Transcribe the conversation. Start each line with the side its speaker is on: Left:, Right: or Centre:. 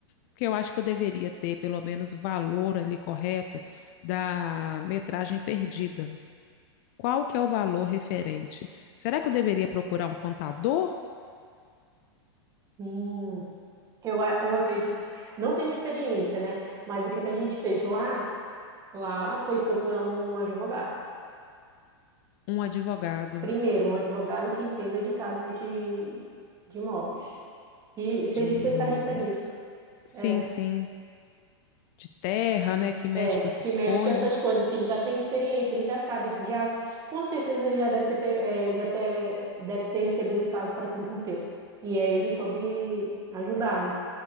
Left: porque eu acho que eu deveria ter pelo menos o valor ali correto da metragem perdida. Qual que é o valor referente? Será que eu deveria procurar um contador,
Right: Hum, eu, a- eu acredito. Não tenho experiência, né? Mas o que que a gente fez lá? Lá foi procurar um advogado.
Left: um advogado
Right: Primeiro, um advogado que entenda de casos de, de imóveis. E seja
Left: de
Right: especialista
Left: imóveis?
Right: nisso.
Left: Sim,
Right: É,
Left: sim, de terra, né, que mexe
Right: é,
Left: com essas
Right: que mexe
Left: coisas.
Right: com essas coisas, que ele já tem experiência, ele já sabe, já, com certeza ele já deve ter, pe- eh, já ter, deve ter recebido um caso parecido com o teu. E aí ele soube ajudar, né?